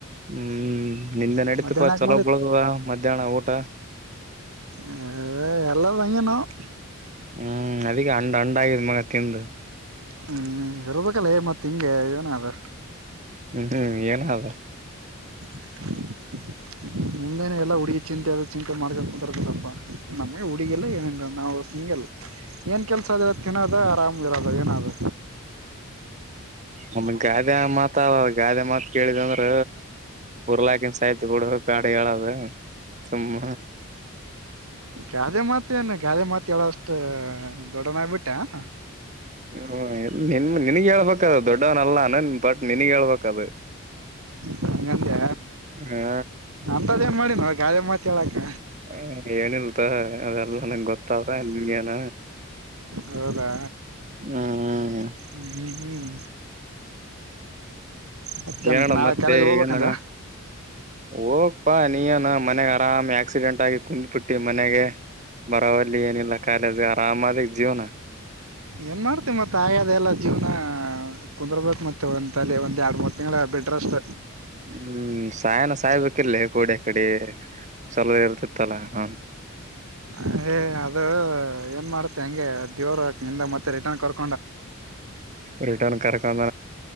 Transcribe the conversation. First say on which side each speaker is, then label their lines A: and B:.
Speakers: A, on the right; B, on the right.
A: ಹ್ಮ್ ನಿಂದೆ ನಡೀತಪ್ಪಾ
B: ಮಧ್ಯಾಹ್ನ ಯಾಕ
A: ಚಲೋ ಬಳದವ ಮಧ್ಯಾಹ್ನ ಊಟ
B: ಹ ಎಲ್ಲ ಅಂಗೆನಾವ್
A: ಹ್ಮ್ ಅದಕ್ಕೆ ಅಂಡ್ ಅಂಡ ಆಗಿದ್ ಮಗ ತಿಂದು
B: ಹ್ಮ್ ಇರ್ಬೇಕಲ್ಲೆ ಮತ್ತ್ ಹಿಂಗೆ ಏನದು
A: ಹ್ಮ್ ಹ್ಮ್ ಏನಾದ
B: <unintelligible> ಮುನೆ ಎಲ್ಲ ಹುಗಿ ಚಿಂತೆ ಚಿಂತೆ ಮಾಡ್ಕೊಂಡು ಕುಂತಾರತ್ತಪ್ಪಾ ನಮಗೆ ಹುಗಿಯಲ್ಲ ಏನ ನಾವು ಸಿಂಗ ಏನ್ ಕೆಲ್ಸ ಅದ ಏಳ್ ತಿನದ ಆರಾಮ್ಲಿರದ ಏನದ
A: ನಮ ಗಾದೆ ಮಾತ ಗಾದೆ ಮಾತ್ ಕೇಳಿದಂದ್ರ ಉರ್ಲಾಕನ್ ಸಯ್ತಿ ಬಿಡು ಕಾಡಿ ಹೇಳದು ಸುಮ್ಮ
B: ಗಾದೆ ಮಾತ ಏನು ಗಾದೆ ಮಾತ ಹೇಳಷ್ಟ ದೊಡ್ಡನಾಗಬಿಟ್ಟೆನ್
A: ಹ ನಿನ್ ನಿನಗ್ ಹೇಳ್ಬೇಕದು ದೊಡ್ಡವನಲ್ಲನನ್ ಬಟ್ ನಿನಗ್ ಹೇಳ್ಬೇಕದು
B: ಹ ಅಂಗಂದೆ
A: ಹಾ
B: ಅತ್ ತದ್ ಏನ್ ಮಾಡಿನ ನೊ ಗಾಳಿ ಮಾತ್ ಹೇಳಾಕ್ಕ
A: ಹ ಏನಲ್ತೊ ಅದೆಲ್ಲ ನಂಗೆ ಗೊತ್ತಾವ ಅಲ್ಲಿಗನ
B: ಹೌದಾ
A: ಹ್ಮ್
B: ಹ್ಮ್ಮ್ ಮತ್ತೆ
A: ಏನಡ
B: ನಾಳೆ
A: ಮತ್ತೆ
B: ಕೆಲೇಜ್ ಹೋಗ್ಬೇಕಂದೆ
A: ಏನ ಹೋಗ್ಪಾ ನೀನ ಮನೆಗ ಆರಾಮ ಆಕ್ಸಿಡೆಂಟ್ ಆಗಿ ಕುಂದಬಿಟ್ಟಿ ಮನೆಗೆ ಬರವಲಿ ಏನಿಲ್ಲ ಕಾಲೇಜ್ ಆರಾಮದ ಜೀವನ
B: ಏನ್ ಮಾಡ್ತಿ ಮತ್ ಆಗ್ಯದ ಎಲ್ಲ ಜೀವನ ಕುಂದರ್ಬೇಕ್ ಮತ್ತೆ ಒಂದ ತಲೆ ಒಂದ ಎರಡ್ ಮೂರ್ ತಿಂಗಳು ಬಿಟ್ರ ಅಷ್ಟ
A: ಹ್ಮ್ ಸಾಯನ ಸಾಯ್ಬೇಕಲ್ಲ ಕೋಡೆ ಅಕೆಡಿ ಚಲೋ ಹೇಳ್ತಿತ್ತಲ ಹಾ
B: ಹ ಏ ಅದು ಏನ್ ಮಾಡ್ತಿ ಹಂಗೆ ದೇವರ ನಿಂದ ಮತ್ತೆ ರಿಟರ್ನ್ ಕರ್ಕೊ
A: ರಿಟರ್ನ್ ಕರ್ಕೊನ್